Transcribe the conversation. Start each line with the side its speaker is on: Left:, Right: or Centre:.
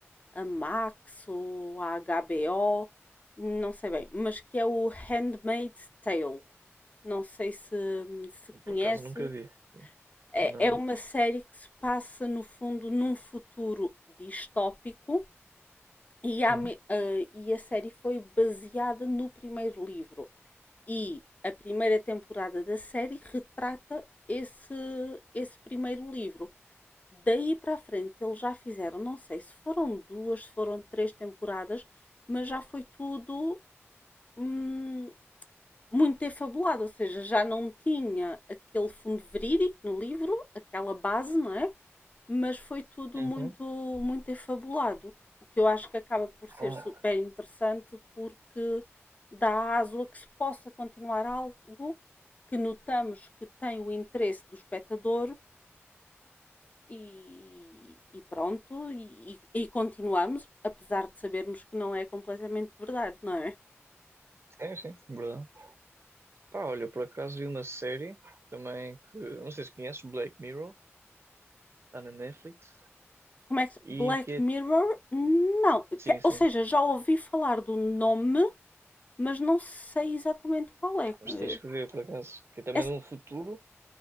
Left: a Max ou a HBO, não sei bem, mas que é o Handmaid's Tale. Não sei se, se
Right: Por
Left: conheces.
Right: acaso nunca vi.
Left: É
Right: Não.
Left: é uma série que se passa, no fundo, num futuro distópico e a,
Right: Hum.
Left: me- eh, e a série foi baseada no primeiro livro. E a primeira temporada da série retrata esse, esse primeiro livro. Daí para a frente eles já fizeram, não sei se foram duas, se foram três temporadas, mas já foi tudo hum, muito defabulado, ou seja, já não tinha aquele fundo verídico no livro, aquela base, não é? Mas foi tudo
Right: Uhum.
Left: muito, muito defabulado, o que eu acho que acaba por
Right: Ah,
Left: ser super interessante porque dá aso a que se possa continuar algo que notamos que tem o interesse do espectador e, e pronto, e, e continuamos, apesar de sabermos que não é completamente verdade, não é?
Right: Sim, sim, verdade. Pá, olha, eu por acaso vi uma série também que, não sei se conheces, Black Mirror, está na Netflix,
Left: Como é que.
Right: e
Left: Black
Right: que é.
Left: Mirror? Não.
Right: Sim, sim,
Left: Ou seja, já ouvi falar do nome, mas não sei exatamente qual é.
Right: mas
Left: Eh,
Right: tens que ver por acaso, que é também
Left: é-
Right: de um futuro.